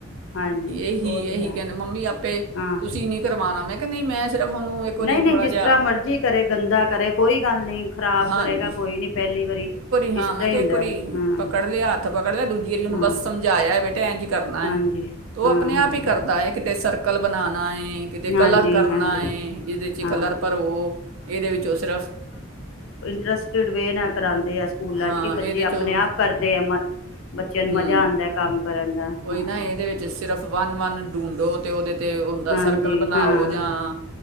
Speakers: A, on the left; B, on the right.
A: ਹਾਂਜੀ,
B: ਇਹੀ
A: ਉਹ ਤਾਂ
B: ਇਹੀ
A: ਹੈ।
B: ਕਹਿੰਦੇ ਮੰਮੀ ਆਪੇ
A: ਹਾਂ।
B: ਤੁਸੀਂ ਨਹੀਂ ਕਰਵਾਉਣਾ ਮੈਂ ਕਿਹਾ ਨਹੀਂ ਮੈਂ ਸਿਰਫ ਉਹਨੂੰ ਇੱਕ ਵਾਰੀ
A: ਨਹੀਂ, ਨਹੀਂ
B: ਥੋੜ੍ਹਾ
A: ਜਿਸ
B: ਜਿਹਾ
A: ਤਰ੍ਹਾਂ ਮਰਜ਼ੀ ਕਰੇ। ਗੰਦਾ ਕਰੇ। ਕੋਈ ਗੱਲ ਨਹੀਂ। ਖ਼ਰਾਬ
B: ਹਾਂਜੀ
A: ਕਰੇਗਾ, ਕੋਈ ਨੀ, ਪਹਿਲੀ ਵਾਰੀ।
B: ਇੱਕ ਞਾਰੀ,
A: ਇਸ ਤਰ੍ਹਾਂ ਹੀ ਹੁੰਦਾ ਹਾਂ
B: ਪਕੜ ਲਿਆ ਹੱਥ ਪਕੜ ਲਿਆ ਦੂਜੀ ਵਾਰੀ ਉਹਨੂੰ
A: ਹਾਂ
B: ਬਸ ਸਮਝਾਇਆ, ਬੇਟਾ ਇਂਝ ਕਰਨਾ
A: ਹਾਂਜੀ
B: ਹੈ, ਤੇ ਉਹ
A: ਹਾਂ
B: ਆਪਣੇ
A: ਹਾਂ
B: ਆਪ ਹੀ ਕਰਦਾ, ਕਿਤੇ ਸਰਕਲ ਬਣਾਉਣਾ, ਕਿਤੇ
A: ਹਾਂਜੀ
B: ਕਲਰ ਕਰਨਾ,
A: ਹਾਂਜੀ
B: ਇਹਦੇ ਚ
A: ਹਾਂ
B: ਕਲਰ ਭਰੋ, ਇਹਦੇ ਵਿੱਚੋਂ ਸਿਰਫ
A: ਟਰਸਟਿਡ ਵੇਡ ਨਾਲ ਕਰਾਂਗੇ। ਸਕੂਲਾਂ
B: ਹਾਂ
A: 'ਚ ਕਿ
B: ਇਹਦੇ
A: ਬੱਚੇ ਆਪਣੇ
B: 'ਚੋਂ
A: ਆਪ ਕਰਦੇ ਆ, ਮ ਬੱਚਿਆਂ ਨੂੰ
B: ਹੂੰ,
A: ਮਜਾ ਆਉਂਦਾ ਹੈ, ਕੰਮ ਕਰਨ ਦਾ
B: ਕੋਈ
A: ਹਾਂ
B: ਨਾ, ਇਹਦੇ ਵਿੱਚ ਸਿਰਫ ਵੰਨ ਵੰਨ ਡੂੰਡੋ, ਅਤੇ ਉਹਦੇ ' ਉਹਦਾ
A: ਹਾਂਜੀ
B: ਸਰਕਲ ਬਣਾਓ,
A: ਹਾਂ
B: ਜਾਂ